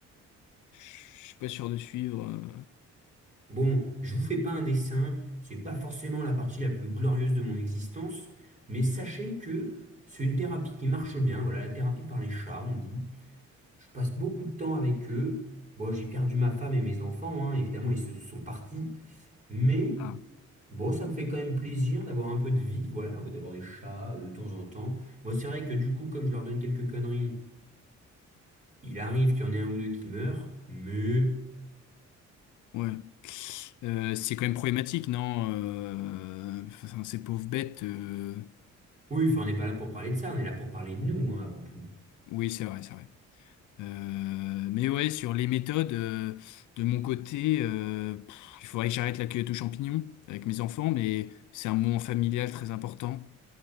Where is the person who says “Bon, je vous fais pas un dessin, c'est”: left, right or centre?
Right